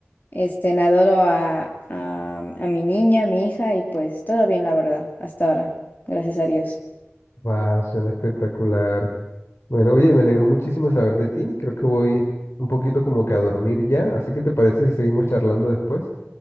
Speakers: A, on the left; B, on the left.
A: este, adoro a, a, a mi niña, a mi hija y pues todo bien, la verdad, hasta ahora, gracias a Dios.
B: Va, suena espectacular. Bueno, oye, me alegró muchísimo saber de ti. Creo que voy un poquito como que a dormir ya, así que ¿te parece si seguimos charlando después?